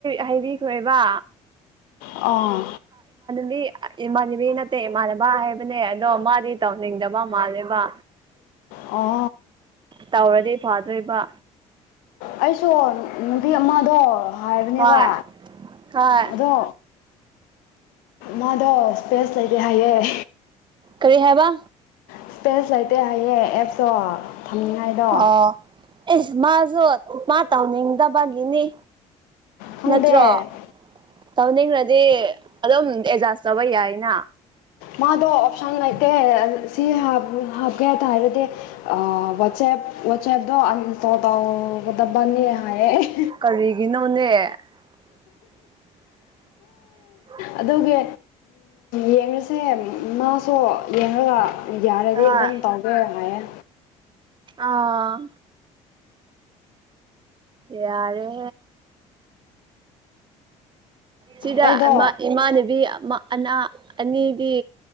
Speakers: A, on the right; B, on the left.
A: ꯍꯥꯏꯕꯤꯈ꯭ꯔꯦꯕ
B: ꯑꯥ
A: ꯃꯤ ꯏꯃꯥꯟꯕꯤ ꯅꯠꯇꯦ ꯏꯃꯥꯟꯅꯕ ꯍꯥꯏꯕꯅꯦ ꯑꯗꯣ ꯃꯥꯗꯤ ꯇꯧꯅꯤꯡꯗꯕ ꯃꯥꯜꯂꯦꯕ
B: ꯑꯣ
A: ꯇꯧꯔꯗꯤ ꯐꯗꯣꯏꯔꯤꯕ
B: ꯑꯩꯁꯨ ꯅꯨꯄꯤ ꯑꯃꯗꯣ ꯍꯥꯏꯕꯅꯦꯕ
A: ꯍꯣꯏ ꯍꯣꯏ
B: ꯑꯗꯣ ꯃꯥꯗꯣ ꯏꯁꯄꯦꯁ ꯂꯩꯇꯦ ꯍꯥꯏꯌꯦꯦ
A: ꯀꯔꯤ ꯍꯥꯏꯕ
B: ꯏꯁꯄꯦꯁ ꯂꯩꯇꯦ ꯍꯥꯏꯌꯦꯦ ꯑꯦꯞꯇꯣ ꯊꯝꯅꯤꯉꯥꯏꯗꯣ
A: ꯑꯣ ꯑꯦꯁ ꯃꯥꯁꯨ ꯃꯥ ꯇꯧꯅꯤꯡꯗꯕꯒꯤꯅꯤ
B: ꯈꯪꯗꯦ
A: ꯅꯠꯇ꯭ꯔꯣ ꯇꯧꯅꯤꯡꯅꯗꯤ ꯑꯗꯨꯝ ꯑꯦꯗꯖꯥꯁ ꯇꯧꯕ ꯌꯥꯏ <inaudible>
B: ꯃꯥꯗꯣ ꯑꯣꯞꯁꯟ ꯂꯩꯇꯦ ꯁꯤ ꯍꯥꯞꯀꯦ ꯍꯥꯏꯇꯥꯔꯗꯤ ꯋꯥꯆꯦꯞ ꯋꯥ ꯆꯦꯗꯣ ꯑ ꯇꯣ ꯇ ꯗꯕꯥꯅꯤ ꯍꯥꯏꯌꯦꯦ
A: ꯀꯔꯤꯒꯤ ꯅꯧꯅꯦ <inaudible>
B: ꯑꯗꯨꯒꯤ ꯌꯦꯡꯉꯁꯦ ꯃꯥꯁꯨ ꯌꯦꯡꯉꯒ ꯌꯥꯔꯗꯤ
A: ꯑꯥ
B: ꯑꯗꯨꯝ ꯇꯥꯖꯔꯦ ꯍꯥꯏꯌꯦꯦ
A: ꯑꯥ ꯌꯥꯔꯦ ꯁꯤꯗ
B: ꯑꯩꯗꯣ
A: ꯏꯃꯥꯟꯅꯕꯤ ꯑꯅꯥ ꯑꯅꯤꯗꯤ